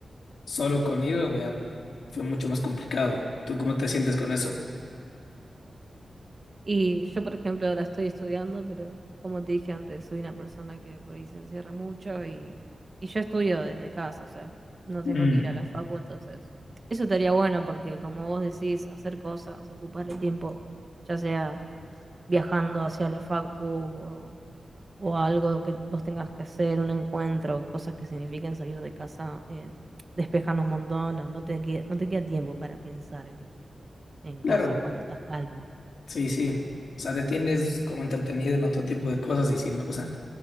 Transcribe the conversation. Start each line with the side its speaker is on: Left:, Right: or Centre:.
Left: solo conmigo, ya fue mucho más complicado. ¿Tú cómo te sientes con eso?
Right: Y yo, por ejemplo, ahora estoy estudiando, pero como te dije antes, soy una persona que por ahí se encierra mucho y, y yo estudio desde casa, o sea, no tengo
Left: Mm,
Right: que ir a la facu, entonces eso estaría bueno porque como vos decís, hacer cosas, ocupar el tiempo, ya sea viajando hacia la facu o, o algo que vos tengas que hacer, un encuentro, cosas que signifiquen salir de casa, eh, despejan un montón, no, no te, que- no te queda tiempo para pensar en, en
Left: claro,
Right: cosas cuando estás calmo.
Left: sí, sí. O sea, te tienes como entretenido en otro tipo de cosas y si no, o sea,